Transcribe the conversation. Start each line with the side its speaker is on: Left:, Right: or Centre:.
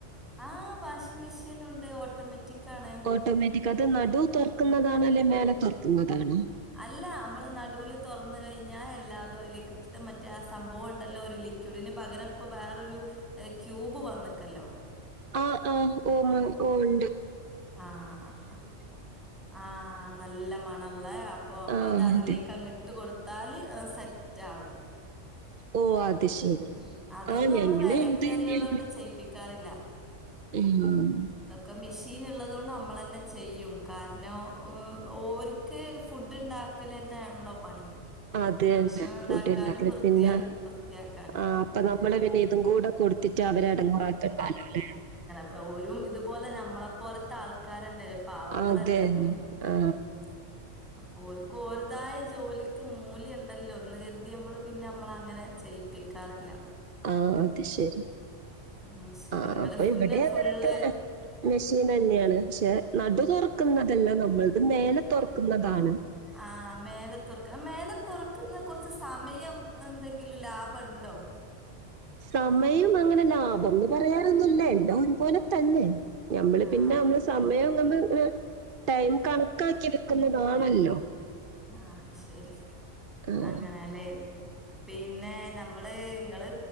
Centre: ആഹ് വാഷി മിഷീനുണ്ട് ഓട്ടോമെറ്റിക്കാണ്
Right: ഓട്ടോമാറ്റിക് അത് നടു തൊർക്ക്ന്നതാണോ അല്ലെ മേലെ തൊർക്ക്ന്നതാണോ
Centre: അല്ല അമ്മള് നടൂല് തൊർന്ന് കഴിഞ്ഞാ എല്ലാതും അയിലേക്കിട്ടിട്ട് മറ്റേ ആ സംഭവൊണ്ടല്ലോ ഒരു ലി ക്യുടിന് പകരം ഇപ്പ വേറൊരു ഏഹ് ക്യൂബ് വന്ന്ക്കല്ലോ
Right: ആഹ് ആഹ് ഓമ ഓ ണ്ട്
Centre: ആഹ് ആഹ് നല്ല മണള്ളേ അപ്പൊ അപ്പതിലേ
Right: ആ അതെ
Centre: ക്കങ് ട്ട് കൊടുത്താല് സെറ്റാകും <unintelligible>
Right: ഓ അത് ശരി
Centre: അതൊന്നും
Right: ആ ഞങ്ങള്
Centre: നമ്മള് വേലക്കാരികളൊണ്ട്
Right: ഇത് തന്നെയാ
Centre: ചെയ്യിപ്പിക്കാറില്ല
Right: ഉം
Centre: തൊക്കെ മിഷീന്ള്ളതോണ്ട് നമ്മളെന്നെ ചെയ്യും കാരണം ഉം ഓര് ക്ക് ഫുഡ്ണ്ടാക്കലന്നേണല്ലോ പണി
Right: അതെന്നെ
Centre: ഭക്ഷണം ഇണ്ടാക്കാനും
Right: ഫുഡ്ണ്ടാക്കല്
Centre: വൃത്തിയ
Right: പിന്നെ
Centre: വൃത്തിയാക്കാനും.
Right: ആ അപ്പൊ നമ്മള് പിന്നെ ഇതും കൂടെ കൊട് ത്തിറ്റവരെ എടങേറാക്കണ്ടാലോ ലെ
Centre: പ്പ ഒരും ഇതുപോലെ ഞമ്മളെ പോലത്തെ ആൾ കാരന്ത പാവങ്ങളല്ലേ
Right: അതെ
Centre: അപ്പം
Right: ആ
Centre: ഉം അപ്പൊ ഓര്ക്കോരതായ ജോലിക്ക് മൂല്യം ണ്ടല്ലോ ന്ന് കരുതി നമ്മള് പിന്നെ നമ്മളങ്ങനെ ചെയ്യിപ്പിക്കാറില്ല
Right: ആഹ് അത് ശെരി
Centre: ഉം ശരി
Right: ആ
Centre: ഇങ്ങള്
Right: അപ്പൊ
Centre: പിന്നെ
Right: ഇവിടെ അങ്ങനെത്തെന്നെ
Centre: ഫുള്ള്
Right: മെഷീനെന്ന്യാണ് പക്ഷെ നടു തൊർക്കുന്നതല്ല നമ്മളത് മേലെ തൊർക്കുന്നതാണ്
Centre: ആ മേലെ തൊർക്ക മേലെ തൊർക്കുന്നത് കൊർച്ച് സമയം എന്തെങ്കിലും ലാഭണ്ടോ
Right: സമയം അങ്ങനെ ലാഭംന്ന് പറയാനൊന്നുല്ല എല്ലാം ഒരുപോലെ തന്നെ നമ്മള്
Centre: ആഹ്
Right: പിന്നെ നമ്മള് സമയം നമ്മള്ങ്ങനെ ടൈം കണക്കാക്കിട്ക്ക്ന്നതാണല്ലോ
Centre: ആഹ് അത് ശെരി
Right: ആഹ്
Centre: അങ്ങനെല്ലേ പിന്നെ നമ്മ മ്മള് ഇങ്ങള്